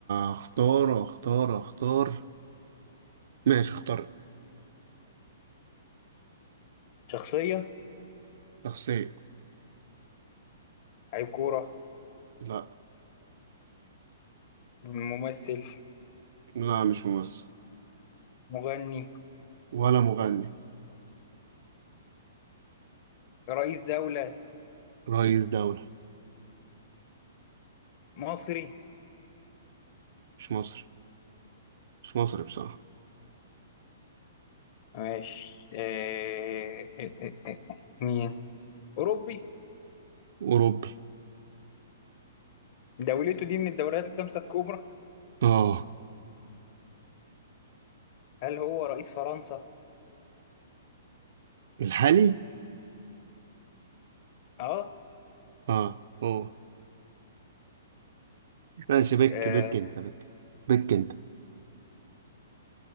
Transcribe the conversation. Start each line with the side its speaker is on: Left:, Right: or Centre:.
Right: اختار اختار اختار ماشي اختار
Left: شخصية
Right: شخصية
Left: لعيب كورة
Right: لا
Left: ممثل
Right: لا مش ممثل
Left: مغني
Right: ولا مغني
Left: رئيس دولة
Right: رئيس دولة
Left: مصري
Right: مش مصري مش مصري بصراحة
Left: ماشي آه، آه، آه، آه، آه، مين أوروبي
Right: أوروبي
Left: دولته دي من الدوريات الخمسة الكبرى
Right: اه
Left: هل هو رئيس فرنسا؟
Right: <laughs> الحالي
Left: اه
Right: اه هو ماشي بك
Left: آه،
Right: بك انت بك بك انت